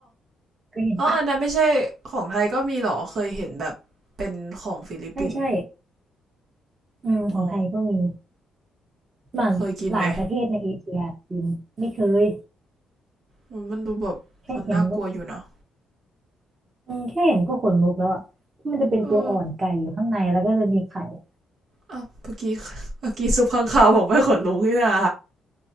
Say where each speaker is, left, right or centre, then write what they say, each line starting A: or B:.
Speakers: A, on the right; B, on the right.
A: เคยเห็นปะ
B: เอออันนั้นไม่ใช่ของไทยก็มีเหรอเคยเห็นแบบเป็นของฟิลิปปินส์
A: ใช่ใช่อืมของไทยก็มี
B: อ๋อ
A: มันหลายประเทศในเอเชียกินไม่เคย
B: เคยกินไหม มันมันดูแบบมันน่ากลัวอยู่เนาะ
A: แค่เห็นก็ อืมแค่เห็นก็ขนลุกแล้วอ่ะที่มันจะเป็นตัวอ่อนไก่อยู่ข้างในแล้วก็จะมีไข่อะ
B: เอออ่ะเมื่อกี้เมื่อกี้ซุปข้างคาวบอกไม่ขนลุกนี่นะ